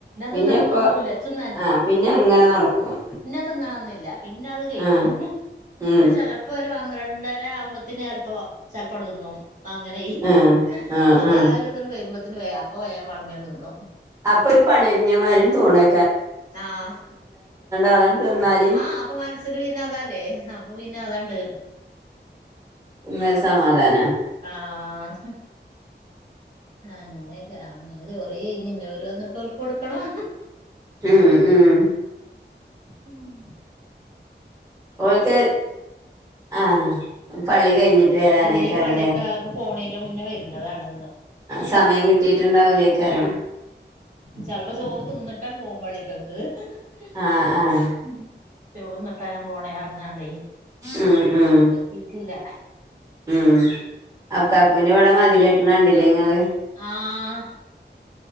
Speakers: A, on the right (about 15°); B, on the right (about 45°).
A: പിന്നെ
B: തിന്നണന്നൊന്നുല്ല
A: ഇപ്പ
B: ഇച്ചും
A: ആഹ് പിന്നെ ഇങ്ങനെ നടക്കും
B: ത് ന്നണംന്നില്ല പിന്നെ അഅ് കഴിഞ്ഞു
A: ആഹ് ഉം
B: അഅ് ചെലപ് പ്പൊഒരു പന്ത്രണ്ടര ആവുമ്പത്തിന് എൽപ്പോ ചെൽപ്പൺതിന്നും അങ്ങനെയ്
A: ആഹ് ആഹ്
B: അവാഒരുതൺ
A: ആഹ്
B: വരുമ്പൊത്തിന് വേ അപ്പം വേം വളമ്പ്യൻ തിന്നും
A: ഇപ്പൊ ഒരു പണ്യാെർങ്ങ്യ മാരി തോണാ
B: ആഹ്
A: അതാണ് തിന്നാല്
B: ആഹ് അപ്പ മനസ്സില് പിന്നെ അതല്ലേ അപ് അപ്പൊ പിന്നെ അതാണ്ട്
A: എന്നന്രു സമാധാനം
B: ആഹ ആ അങ്ങനെ അങ്ങനെ ചോറി കയിഞ്ഞ് ഇനി ഭാല് വന്നിട്ട് കൊടുക്കണോ
A: ഉം ഉം
B: ഉ <unintelligible>
A: ഓല്ക്ക് ആഹ പള്ളി കഴിഞ്ഞിട്ട് വരാനേക്കാരല്ലേ
B: അല്ലെ ഈ പള്ളിക്കാർക്ക് പോണീന്റെ മുന്നേ വരുന്നതാാണ്
A: സമയം കിട്ടിയിട്ടുണ്ടാവൂലേക്കാരം
B: ചിലപ്പോ ചോറ് തിന്നിട്ടാൻ പോവും പള്ളിക്കൊക്ക് ഹ ഹ
A: ആഹ ആഹ
B: ഉ ചോറ് നിട്ടാ ഞാൻ പോണേ ഇറങ്ങാണ്ടേ
A: ഉം ഉം
B: ഇപ്പ എത്തീട്ടില്ല
A: ഉം അകാക്കുവിന്റെ ഇവിടെ മതിൽ കെട്ടണ കണ്ടില്ലേ നിങ്ങള്
B: ആഹ